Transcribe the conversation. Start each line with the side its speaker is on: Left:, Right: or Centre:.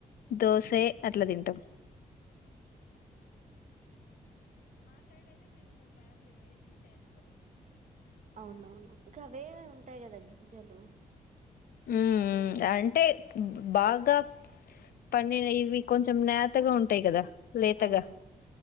Left: దోసె అట్లా తింటాం
Right: అవునవును ఇంక అవే ఉంటాయి కదా గింజలు
Left: మ్మ్ అంటే బాగా పండిన ఇవి కొంచెం నాతగా ఉంటాయి కదా లేతగా
Right: అవునవును